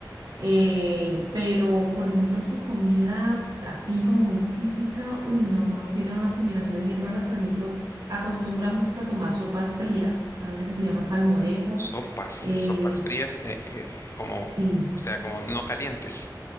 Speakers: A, on the right; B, on the left.
A: Eh, pero, por ejemplo, su comida así como muy típica, uy, no, tienen unas combinaciones bien raras, por ejemplo, acostumbran mucho a tomar sopas frías, hay una que se llama salmorejo.
B: sopas,
A: Eh,
B: sopas frías, eh, eh, como, o
A: Sí.
B: sea, como no calientes.